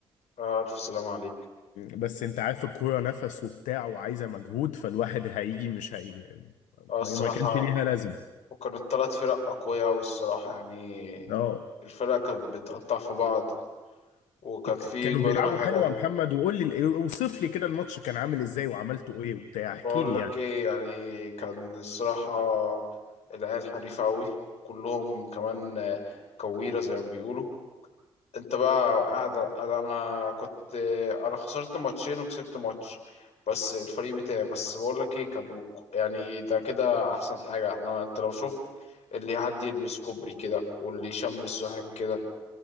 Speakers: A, on the left; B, on the left.
A: آه، ألف سلامة عليك
B: بس انت عارف الكورة نفس وبتاع وعايزة مجهود فالواحد هيجي مش هي
A: اه الصراحة
B: ما ما كانش ليها لازمة
A: وكانت تلات فرق أقوياء أوي الصراحة يعني
B: اه
A: الفرقة كانت بتقطع في بعض وكان
B: ك-
A: في
B: كانوا
A: جوان
B: بيلعبوا
A: رايحة
B: حلو
A: جاية
B: يا محمد وقول لي ال- اوصف لي كده الماتش كان عامل ازاي وعملته ايه وبتاع احكي
A: بقول
B: لي
A: لك
B: يعني
A: ايه يعني كان الصراحة العيال حريفة أوي كلهم كمان آه، كويرة زي ما بيقولوا انت بقى قاعد قاعد انا كنت آه، انا خسرت ماتشين وكسبت ماتش بس الفريق بتاعي بس بقول لك ايه كانوا ك- يعني ده كده احسن حاجة احنا انت لو شفت اللي حد يلبس كوبري كده واللي يشمس سوحك كده